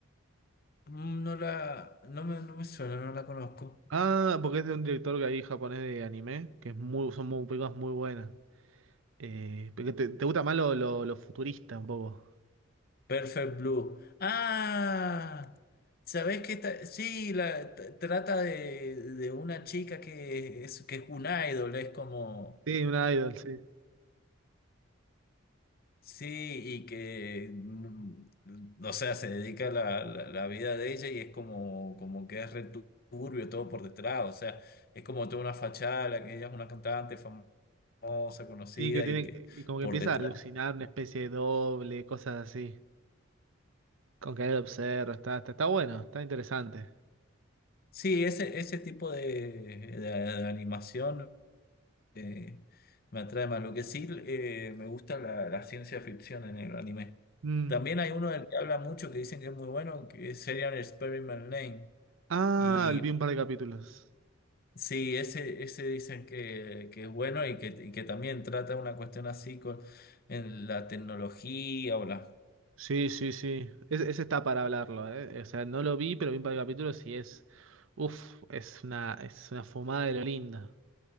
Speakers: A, on the left (about 45°); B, on the right (about 70°).
A: mm, no la, no me, no me suena, no la conozco.
B: Ah, porque es de un director que hay japonés de anime, que es muy, son muy, películas muy buenas. Eh, porque te, te gusta más lo, lo, lo futurista un poco.
A: Perfect Blue. Ah, ¿sabés qué? ta- Sí, la, t- trata de, de una chica que es, que es un idol, es como...
B: Sí, un idol, sí.
A: Sí, y que, mm, o sea, se dedica a la, la, la vida de ella y es como, como que es returbio todo por detrás, o sea, es como toda una fachada, la que ella es una cantante famosa, conocida
B: Sí, que tiene
A: y que
B: que- y como que
A: por
B: empieza
A: detrás.
B: a alucinar una especie de doble, cosas así. Con que él observa, está, está, está bueno, está interesante.
A: Sí, ese, ese tipo de, de- de animación eh, me atrae más. Lo que sí eh, me gusta la, la ciencia ficción en el anime.
B: Mm.
A: También hay uno del que habla mucho que dicen que es muy bueno, que es Serial Experiment Lane.
B: Ah,
A: Y
B: vi un par de capítulos.
A: Sí, ese, ese dicen que, que es bueno y que, y que también trata una cuestión así con en la tecnología o la...
B: Sí, sí, sí. Ese, ese está para hablarlo, ¿eh? O sea, no lo vi, pero vi un par de capítulos y es. Uf, es una, es una fumada de lo linda.